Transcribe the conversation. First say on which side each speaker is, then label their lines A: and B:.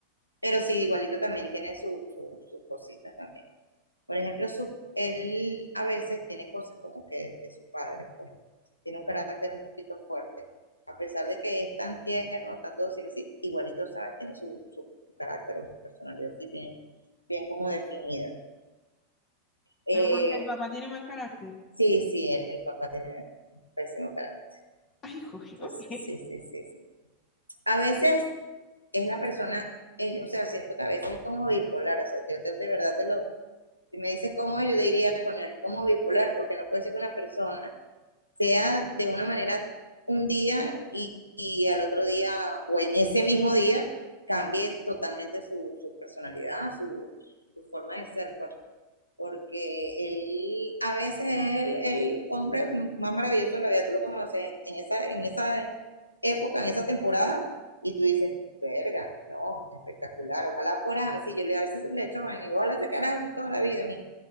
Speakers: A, on the left; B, on the left.
A: pero sí, igualito también tiene su- su- sus cositas también. Por ejemplo, su, él a veces tiene cosas como que de su padre, pues tiene un carácter un poquito fuerte. A pesar de que es tan tierno, tan dócil, así, igualito, ¿sabes? Tiene su, su, su carácter o su personalidad así bien, bien como definida. Eh,
B: Pero porque el papá tiene mal carácter.
A: Sí, sí, el, el papá tiene pésimo carácter.
B: <laughs> Ay, joder,
A: Entonces,
B: ok.
A: sí, sí, sí, sí. A veces es la persona, eh, o sea, siento que a veces es como bipolar, o sea, yo te- de verdad te lo, si me dices cómo es, yo diría, coño, es como bipolar, porque no puede ser que una persona sea de una manera un día y, y al otro día, o en ese mismo día, cambie totalmente su, su personalidad, su, su forma de ser, pues. porque él a veces es el, el hombre más maravilloso de la vida, tú lo conoces en esa, en esa época, en esa temporada, y tú dices, verga, no, espectacular, ojalá fuera así, yo le a veces le echo vaina, y digo, ojalá se quedara así toda la vida, mía.